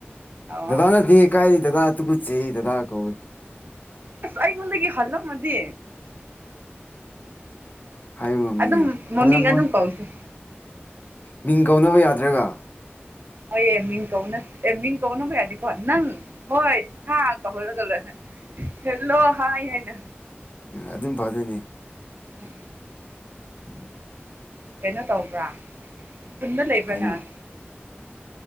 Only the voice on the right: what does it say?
ꯑꯣ
ꯑꯁ ꯑꯩꯉꯣꯟꯗꯒꯤ ꯍꯜꯂꯝꯃꯗꯤ
ꯑꯗꯨꯝ ꯃꯃꯤꯡ
ꯑꯗꯨꯝ ꯀꯧꯅꯤꯁꯧ
ꯍꯣꯏ ꯑꯦ ꯃꯤꯡ ꯀꯧꯕꯅ ꯐꯩꯏꯌꯦ ꯃꯤꯡ ꯀꯧꯅꯕ ꯐꯩꯌꯦꯗꯤꯀꯣ ꯅꯪ ꯍꯣꯏ ꯍꯥ ꯀꯧꯍꯜꯂꯒ ꯍꯦꯜꯂꯣ ꯍꯥꯏ ꯍꯥꯏꯅ
ꯎꯝ
ꯀꯩꯅꯣ ꯇꯧꯕ꯭ꯔꯥ ꯈꯨꯟꯗ ꯂꯩꯕ꯭ꯔ
ꯅꯪ